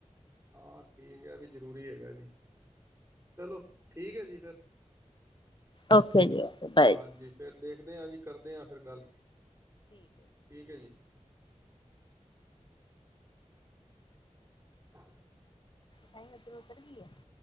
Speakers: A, on the right; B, on the left.
A: ਹਾਂ ਠੀਕ ਐ, ਐ ਵੀ ਜ਼ਰੂਰੀ ਹੈਗਾ ਜੀ, ਚਲੋ ਠੀਕ ਹੈ ਜੀ ਫਰ
B: ਓਕੇ ਜੀ, ਓਕੇ
A: ਹਾਂਜੀ
B: ਬਾਏ ਜੀ।
A: ਫਿਰ ਦੇਖਦੇ ਆਂ ਜੀ, ਕਰਦੇ ਆਂ ਫਿਰ ਗੱਲ। ਠੀਕ ਹੈ ਜੀ। <unintelligible>
B: ਤਾਂਹੀ ਉੱਧਰ ਉਧਰ ਵੀ ਹੈ <inaudible>